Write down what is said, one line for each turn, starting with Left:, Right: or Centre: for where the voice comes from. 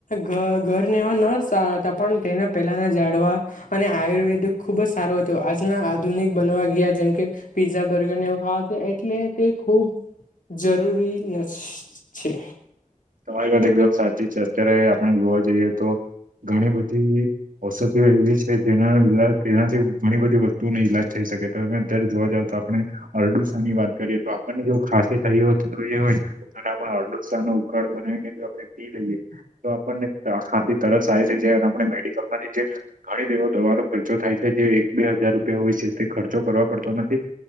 Left: ઘર ઘરને એવા <unintelligible> પણ તેના પહેલાના જાડવા અને આયુર્વેદ ખુબ જ સારું હતું આજના આધુનિક બનાવ ગયા જેમ કે પીઝા બર્ગર ને એવુ ખાવા એટલે તે ખૂબ જરૂરી નથી છે.
Right: તમારી વાત એકદમ સાચી છે. અત્યારે આપણે જોવા જઈએ તો ઘણી બધી ઔષધિઓ એવી છે, જેના ઈલા જેનાથી ઘણી બધી વસ્તુઓને ઈલાજ થઈ શકે અત્યારે જોવા જાવ તો આપણે અરડુસા ની વાત કરીએ તો આપણને જો ખાસી થઈ હોય અને આપણે અરડૂસાનો ઉકાળો બનાવીને જો આપણે પી લઈએ તો આપણને આ ખાંસી તરત સારી થઈ જાય અને આપણે મેડિકલ માંથી જે ઘણી એવો દવાનો ખર્ચો થાય છે, જે એક બે હજાર રૂપિયા હોય છે, તે ખર્ચો કરવા પડતો નથી.